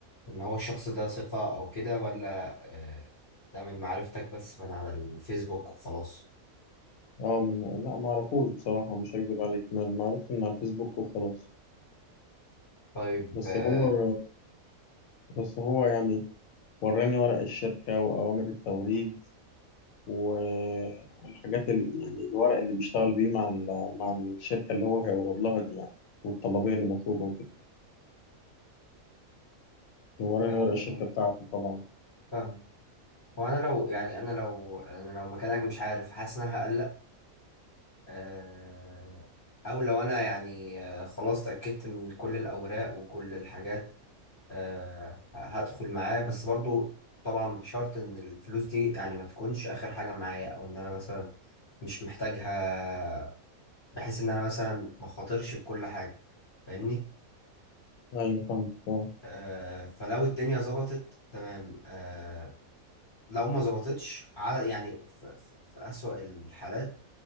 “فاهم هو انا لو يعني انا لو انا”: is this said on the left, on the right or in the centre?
Left